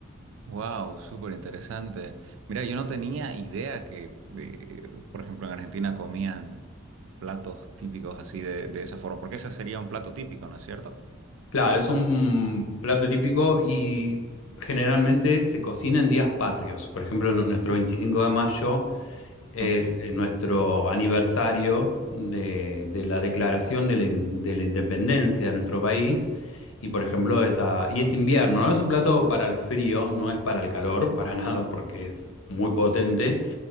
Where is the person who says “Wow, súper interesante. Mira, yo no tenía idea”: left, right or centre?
Right